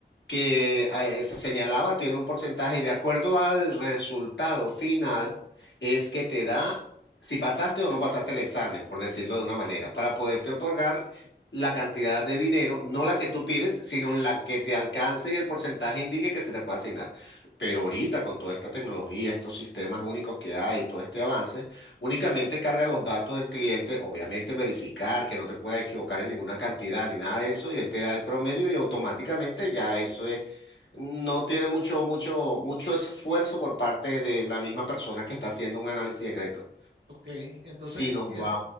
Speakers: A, on the left; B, on the right.
A: que eh, se señalaba tiene un porcentaje y de acuerdo al resultado final es que te da... Si pasaste o no pasaste el examen, por decirlo de una manera, para poderte otorgar la cantidad de dinero, no la que tú pides, sino la que te alcance y el porcentaje indique que se te puede asignar. Pero ahorita con toda esta tecnología, estos sistemas únicos que hay, todo este avance, únicamente carga los datos del cliente, obviamente verificar que no te puedas equivocar en ninguna cantidad ni nada de eso, y él te da el promedio y automáticamente ya eso es, no tiene mucho, mucho, mucho esfuerzo por parte de la misma persona que está haciendo un análisis de crédito.
B: Ok, entonces
A: Si nos
B: es-
A: va,